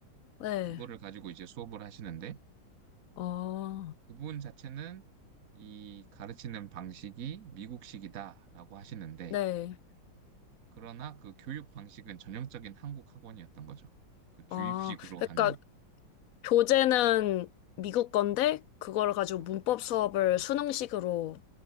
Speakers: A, on the left (about 60°); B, on the right (about 50°).
A: 네,
B: 그거를 가지고 이제 수업을 하시는데,
A: 어,
B: 그분 자체는 이 가르치는 방식이 미국식이다라고 하시는데,
A: 네.
B: 그러나 그 교육 방식은 전형적인 한국 학원이었던 거죠. 그 주입식으로
A: 아, 그러니까
B: 하는.
A: 교재는 미국 건데, 그걸 가지고
B: 좀.
A: 문법 수업을 수능식으로